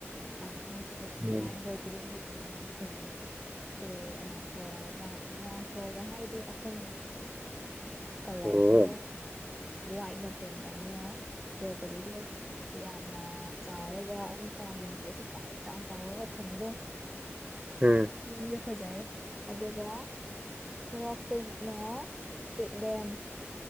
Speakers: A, in the centre; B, on the right (about 25°).
A: ꯑ ꯍꯥꯏꯁꯤꯔ ꯗꯤꯖꯥꯏꯟꯗꯣ
B: ꯎꯝ
A: ꯌꯨꯝꯒꯤ ꯗꯤꯖꯥꯏꯟꯗꯣ ꯐꯖꯩꯌꯦ ꯏꯁꯇꯣꯔꯤ ꯑꯥ ꯐ꯭ꯂꯣꯔꯒ ꯒ꯭ꯔꯥꯎꯟ ꯐ꯭ꯂꯣꯔꯒ ꯍꯥꯏꯔꯗꯤ ꯑꯍꯨꯝꯅꯤ ꯀꯂꯔꯁꯦ
B: ꯑꯣ
A: ꯋꯥꯏꯠꯅ ꯄꯦꯟ ꯇꯧꯔꯒ ꯕꯦꯜꯀꯅꯤꯖꯦ ꯌꯥꯝꯅ ꯆꯥꯎꯔꯒ ꯑꯃꯨꯛꯀ ꯋꯤꯟꯗꯣꯁꯦ ꯌꯥꯝ ꯆꯥꯎ ꯆꯥꯎꯔꯒ ꯊꯝꯕꯗꯣ
B: ꯎꯝ
A: ꯌꯨꯝꯖꯦ ꯐꯖꯩ ꯑꯗꯨꯒ ꯁꯔꯣꯛꯇꯩꯅ ꯏꯁꯇ꯭ꯔꯤꯠ ꯂꯦꯝ